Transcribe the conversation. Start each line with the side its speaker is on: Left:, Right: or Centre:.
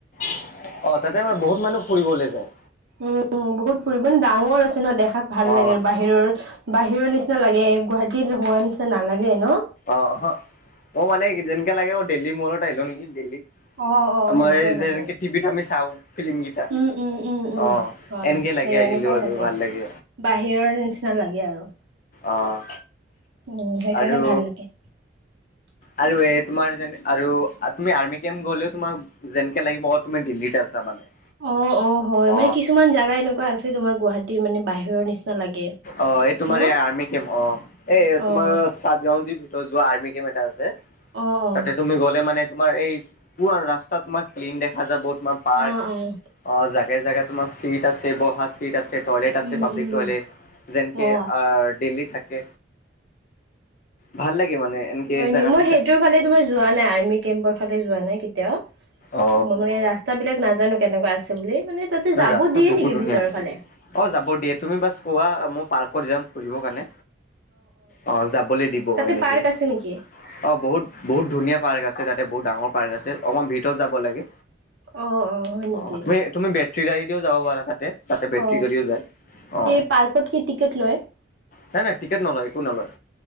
Left: অ তাতে আমাৰ বহুত মানুহ ফুৰিবলৈ যায়।
Right: উম বহুত ফুৰিব নে ডাঙৰ আছে ন দেখাত ভাল
Left: অ',
Right: লাগে আৰু বাহিৰৰ। বাহিৰৰ নিচিনা লাগে গুৱাহাটীত হোৱা নিচিনা নালাগে ন।
Left: অহ অ মানে যেনেকে লাগে অ দেহলী মলত আহিলো নেকি দেলহি
Right: অ', অ',
Left: আমাৰ
Right: সেনেকুৱাই
Left: যে
Right: লাগে।
Left: এনেকে টিভিত আমি চাওঁ ফিল্ম কেইটা
Right: উম, উম, উম, উম,
Left: অ
Right: হয়
Left: এনে একে লাগে
Right: সেই
Left: আহিলো
Right: এনেকুৱাই
Left: আৰু ভাল লাগে।
Right: বাহিৰৰ নিচিনা লাগে আৰু।
Left: অ',
Right: উম সেইকাৰণে
Left: আৰু
Right: ভাল লাগে।
Left: আৰু এই তোমাৰ যেন আৰু তুমি আৰ্মি কেম গ'লেও তোমাক যেনেকে লাগিব তুমি ডিলিট আছা মানে।
Right: অ', অ হয়
Left: অ',
Right: মানে কিছুমান জাগা এনেকুৱা আছে তোমাৰ গুৱাহাটীৰ মানে বাহিৰৰ নিচিনা লাগে ন।
Left: অ', এই তোমাৰ এই আৰ্মি কেম অ এই তোমাৰ
Right: অ',
Left: চাতগাও যি যোৱা আৰ্মি কেম এটা আছে
Right: অ', অ',
Left: তাতে তুমি গ'লে মানে তোমাৰ এই পুৰা ৰাস্তা তোমাৰ ক্লিন দেখা যাব বহুত তোমাৰ পাৰ্ক
Right: অ', অ',
Left: অ জাগাই জেগাত তোমাৰ চিট আছে বহা চিট আছে টয়লেট আছে
Right: উম,
Left: পাব্লিক
Right: উম,
Left: টয়লেট যেনকে
Right: অ'।
Left: দিল্লী তাকে ভাল লাগে মানে এনেকে
Right: হয় নেকি
Left: জেগাত
Right: সেইটোৰ ফালে তোমাৰ যোৱা নাই আৰ্মি কেম্পৰ ফালে যোৱা নাই কেতিয়াও।
Left: অ
Right: মনৰে এই ৰাস্তা বিলাক নাজানো কেনেকোৱা আছে বুলি। মানে তাতে যাব
Left: ৰাস্তা
Right: দিয়ে
Left: বহুত
Right: নেকি
Left: ধুনীয়া
Right: ভিতৰৰ
Left: আছে
Right: ফালে
Left: অ যাব দিয়ে তুমি বাছ কোৱা মোক পাৰ্কত যাম ফুৰিবৰ কাৰণে। অ যাবলৈ দিব
Right: তাতে
Left: এনেকে
Right: পাৰ্ক আছে নেকি
Left: অ বহুত বহুত ধুনীয়া পাৰ্ক আছে- আছে তাতে বহুত ডাঙৰ অকমান ভিতৰত যাব লাগে।
Right: অ হয় নেকি
Left: অ তুমি তুমি বে- ট্টি গাড়ী দিও যাব পাৰা তাতে তাতে বেটৰী
Right: অ
Left: গাড়ীও যায় অ।
Right: এই পাৰ্কত কি টিকেট লয়
Left: নাই নাই টিকট নলয় একো নলয়।